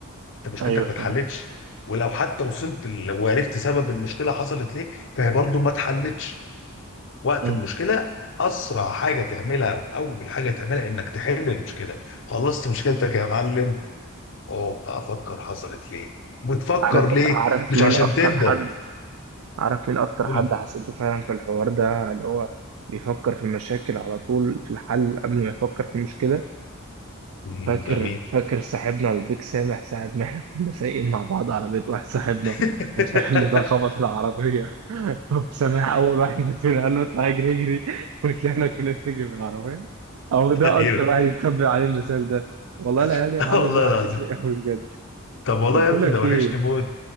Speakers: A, on the left; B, on the right.
A: انت مشكلتك
B: ايوه
A: ما
B: فاهم
A: اتحلتش ولو حتى وصلت ال- وعرفت سبب المشكله حصلت ليه فهي برضو ما اتحلتش وقت
B: مم.
A: المشكله اسرع حاجه تعملها او اول حاجه تعملها انك تحل المشكله خلصت مشكلتك يا معلم اه افكر حصلت ليه وتفكر
B: عارف
A: ليه
B: عارف
A: مش
B: مين
A: عشان
B: اكتر
A: تندم
B: حد عارف مين أكتر
A: تقول،
B: حد حسيته فعلا في الحوار ده اللي هو بيفكر في المشاكل على طول في الحل قبل ما يفكر في المشكلة
A: "مم،
B: فاكر
A: ده مين
B: فاكر صاحبنا البيك سامح ساعة ما احنا كنا سايقين مع بعض على بيت واحد صاحبنا
A: <laughs>
B: وصاحبنا ده خبط العربية <laughs> سامح أول واحد فينا قال له اطلع اجري اجري وطلعنا كلنا نجري من العربية أو ده
A: ايوه
B: أكتر واحد يتبع عليه المثال ده والله العيال
A: <laughs>
B: يا
A: اه
B: معلم
A: والله
B: دي وحشتني
A: العظيم
B: قوي بجد
A: طب والله
B: طب بقول
A: يا ابني
B: لك
A: ده وحشني
B: إيه
A: موت